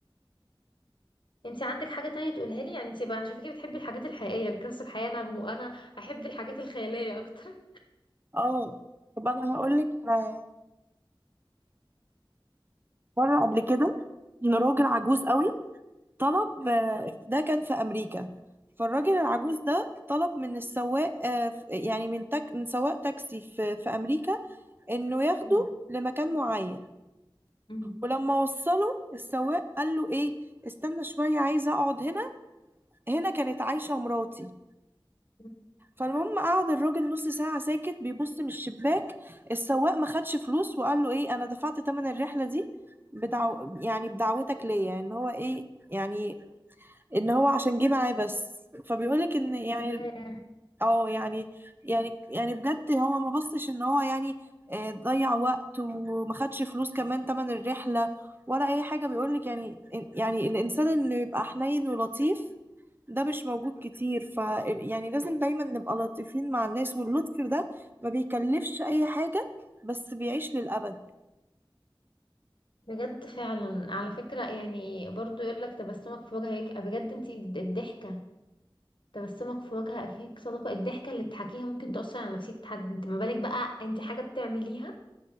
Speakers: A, on the left (about 65°); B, on the right (about 25°).
A: انت عندك حاجة تانية تقولها لي يعني انت بقى عشان فكرة بتحبي الحاجات الحقيقية القصص الحقيقية انا وانا احب الحاجات الخيالية اكتر
B: اه طب أنا هقولك على مرة قبل كده إن راجل عجوز قوي طلب آه،
A: <laughs>
B: ده كان في أمريكا فالراجل العجوز ده طلب من السواق آه، ف- يعني من تك من سواق تاكسي في في أمريكا إنه ياخده
A: مم.
B: لمكان معين
A: مم.
B: ولما وصله السواق قال له إيه استنى شوية عايزة أقعد هنا هنا كانت عايشة مراتي
A: مم.
B: فالمهم قعد الراجل نص ساعة ساكت بيبص من الشباك السواق ما خدش فلوس وقال له إيه أنا دفعت تمن الرحلة دي بدعو يعني بدعوتك ليا إن هو إيه يعني ان هو عشان جه معاه بس فبيقولك ان يعني
A: آه،
B: او يعني يعني يعني بجد هو ما بصش ان هو يعني آه، ضيع وقت وما خدش فلوس كمان تمن الرحلة ولا اي حاجة بيقولك يعني يعني الانسان انه يبقى حنين ولطيف ده مش موجود كتير ف يعني لازم دايما نبقى لطيفين مع الناس واللطف ده ما بيكلفش اي حاجة بس بيعيش للأبد
A: بجد فعلا على فكرة يعني برضو يقول لك تبسمك في وجهك بجد انت الضحكة تبسمك في وجه أخيك صدقة الضحكة اللي بتحكيها ممكن تأثر على نفسية حد انت ما بالك بقى انت حاجة بتعمليها